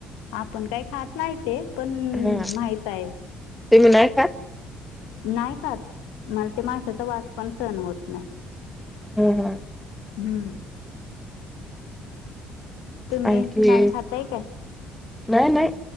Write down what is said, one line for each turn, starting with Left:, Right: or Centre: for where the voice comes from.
Left: आपण काही खात नाही ते पण
Centre: हा
Left: माहित आहे.
Centre: तुम्ही नाही खात?
Left: नाही खात मला ते माशाचा वास पण सहण होत नाही.
Centre: <unintelligible>
Left: हम्म तुम्ही
Centre: आणखी
Left: काय खाताय काय
Centre: नाही, नाही,